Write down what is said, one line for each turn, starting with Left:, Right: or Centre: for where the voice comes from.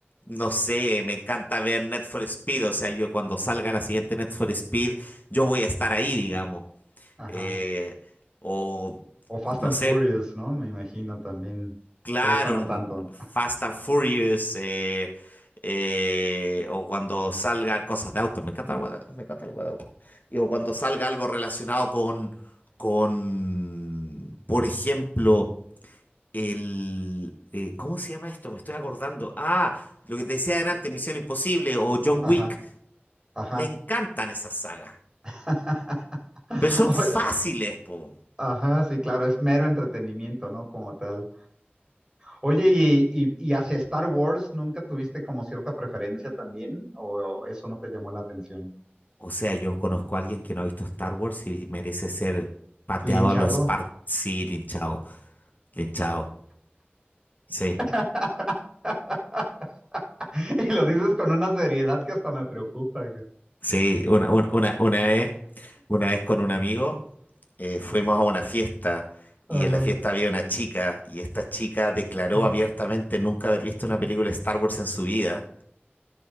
Left: no sé, me encanta ver Net for Speed. O sea, yo cuando salga la siguiente Net for Speed, yo voy a estar ahí, digamos.
Right: Ajá.
Left: Eh, o
Right: O Fast
Left: no
Right: and
Left: sé.
Right: Furious, ¿no? Me imagino también.
Left: Claro,
Right: O esa no tanto.
Left: Fast and Furious, eh, eh, o cuando salgan cosas de autos, me encanta el guada- me encanta el guada Y o cuando salga algo relacionado con, con, por ejemplo, el, eh, ¿cómo se llama esto? Me estoy acordando. Ah, lo que te decía adelante, Misión Imposible o John
Right: Ajá.
Left: Wick.
Right: Ajá.
Left: Me encantan esas sagas,
Right: <laughs>
Left: pero son fáciles,
Right: Oye,
Left: po.
Right: Ajá, sí, claro, es mero entretenimiento, ¿no? Como tal. Oye, ¿y, y, y hacia Star Wars nunca tuviste como cierta preferencia también? ¿O eso no te llamó la atención?
Left: O sea, yo conozco a alguien que no ha visto Star Wars y merece ser pateado
Right: ¿Linchado?
Left: a los Spartans, Sí, linchado, linchado. Sí,
Right: <laughs> Y lo dices con una seriedad que hasta me preocupa,
Left: sí, una, un- una, una vez, una vez con un amigo eh, fuimos a una fiesta
Right: Germán.
Left: y en la fiesta había una chica y esta chica declaró
Right: Ajá.
Left: abiertamente nunca haber visto una película de Star Wars en su vida.